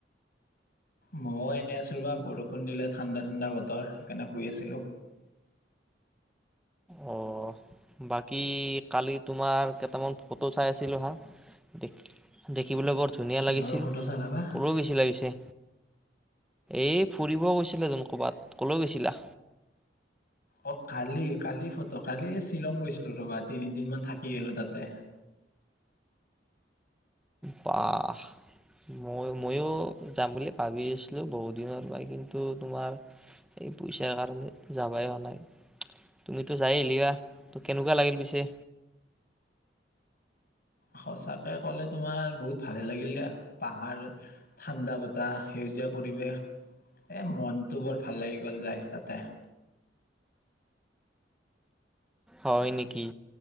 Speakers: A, on the left; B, in the centre.
A: মইয়ওো এনেই আছো ৰবা বৰষুণ দিলে ঠাণ্ডা ঠাণ্ডা বতৰ, সেইকাৰণে শুই আছিলো।
B: অ বাকী কালি তোমাৰ কেইটামান ফটো চাই আছিলো হা, দে- দেখিবলৈ বৰ ধুনীয়া
A: কিহৰ
B: লাগিছিল
A: ফটো চালা বা?
B: ক'লেও বেছি লাগিছে এই ফুৰিব গৈছিলেটোন ক'ৰবাত কলৈ গৈছিলা?
A: অ কালি কালি ফটো কালি শ্বিলং গৈছিলো ৰ'বা তিনিদিনমান থাকি আহিলো তাতে
B: বাহ! মই ময়ো যাম বুলি ভাবি আছিলো বহুত দিনৰ পৰা কিন্তু তোমাৰ, এই পইচাৰ কাৰণে যাবাই হোৱা নাই। তুমিতো যাই আহিলিএ ত কেনেকুৱা লাগিল পিছে?
A: সঁচাকে কলে তোমাৰ বহুত ভাল লাগিল দিয়া। পাহাৰ, ঠাণ্ডা বতাহ, সেউজীয়া পৰিৱেশ, এ মনটো বৰ ভাল লাগি গল যায় তাতে।
B: হয় নেকি।